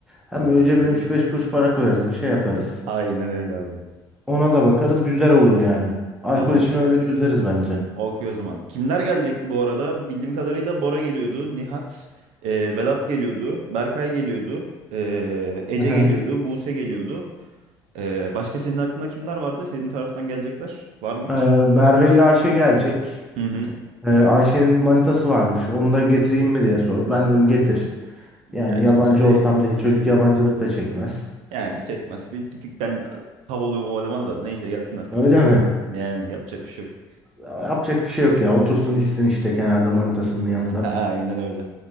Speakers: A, in the centre; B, on the right (about 65°).
A: Hem
B: Gayet
A: böyle cebine
B: iyi.
A: üç beş kuruş para koyarız. Bir şey yaparız.
B: Aynen öyle abi.
A: Ona da bakarız. Güzel olur yani. Alkol
B: Tamamdır.
A: işini öyle çözeriz bence.
B: Okey o zaman. Kimler gelecekti bu arada? Bildiğim kadarıyla Bora geliyordu. Nihat, e, Vedat geliyordu. Berkay geliyordu. e, Ece
A: Hı hı.
B: geliyordu. Buse geliyordu. E, başka senin aklında kimler vardı? Senin taraftan gelecekler. Var mı hiç?
A: Ee, Merve ile Ayşe gelecek.
B: Hı hı.
A: Ee, Ayşe'nin manitası varmış. Onu da getireyim mi diye sordu. Ben dedim getir. Yani
B: Ya
A: yabancı
B: hiç de...
A: ortam değil. Çocuk yabancılık da çekmez.
B: Yani çekmez. Bir, bir tık ben tav oluyorum o elemana da. Neyse gelsin artık.
A: Öyle mi?
B: Yani yapacak bir şey yok.
A: Yapacak bir şey yok ya. Otursun içsin işte kenarda manitasının yanında.
B: A- Aynen öyle.